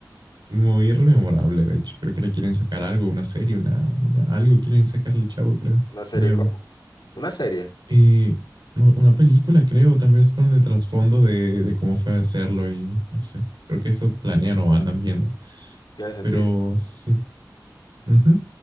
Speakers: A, on the right; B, on the left.
A: Muy rememorable, de hecho. Creo que le quieren sacar algo, una serie, una, una algo quieren sacarle al chavo, creo.
B: una serie
A: Nuevo.
B: como, una serie,
A: Eh, no, una película, creo, tal vez con el trasfondo de, de cómo fue hacerlo y no sé. Creo que eso planean o andan viendo.
B: tiene sentido.
A: Pero sí. Ujú.